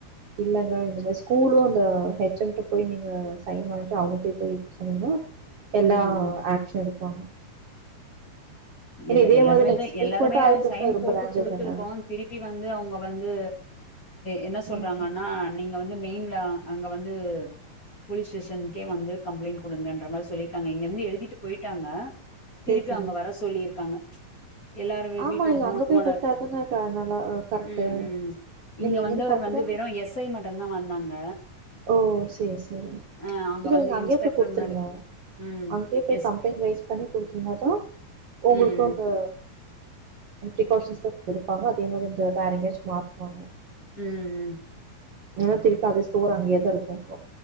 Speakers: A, on the right; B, on the left.
A: இல்லங்க இந்த மாரி ஸ்கூலு அந்த ஹெச் எம்ட போய் நீங்க சைன் வாய்ன்டு அவங்கள்ட்டயே போய் சொன்னீங்னா எல்லா
B: ம் ம்
A: ஆக்சன் எடுப்பாங்க ஏன்னா
B: எல்ல
A: இதே
B: எல்லாருமே
A: மாரி நெக்ஸ்ட்
B: தா
A: ஃப்ரீக்வென்ட்டா
B: எல்லாருமே
A: ஆயிட்டு இருந்துச்சுனா
B: சைன்
A: அது ரொம்ப
B: போட்டு
A: டேஞ்சர்
B: குடுத்துருக்கோ
A: தான
B: திருப்பி வந்து அவுங்க வந்து என்ன சொல்றாங்கன்னா
A: ம்
B: நீங்க வந்து மெயின்ல அங்க வந்து போலீஸ் ஸ்டேஷனுக்கே வந்து கம்ப்ளைண்ட் குடுங்கன்ற மாரி சொல்லிருகாங்க இங்கிருந்து எழுதிட்டு போயிட்டாங்க
A: சேரி
B: திருப்பி
A: சேரி
B: அங்க வர சொல்லிருக்காங்க எல்லாரு
A: ஆமா
B: வீட்டு
A: நீங்க
B: ஓ
A: அங்க போய்
B: ஓனர்
A: குடுத்தாதான க நல்லா கரெக்ட்டு
B: ம் ம் இங்க
A: நீங்க இங்கிருந்து
B: வந்தவர்
A: பாக்குதா
B: வந்து வெறு எஸ்ஐ மட்டுதா வந்தாங்க
A: ஓ சேரி சேரி
B: அ அங்க
A: இல்ல
B: வந்து
A: நீங்க அங்கயே
B: இன்ஸ்பெக்டர்
A: போய் குடுத்துருங்க
B: முன்னாடி ம்
A: அங்கேயே போய்
B: எஸ்
A: கம்ப்ளைண்ட் ரைஸ் பண்ணி கொடுத்தீனா தா உங்களுக்கு
B: ம்
A: அந்த பிரிகாஷன்ஸ்லா எடுப்பாங்க அதே மாரி இந்த வேற எங்கயாச்சு மாத்துவாங்க
B: ம் ம் ம்
A: ஏன்னா திருப்பி அதே ஸ்டோர் அங்கேயே தா இருக்கு அப்புற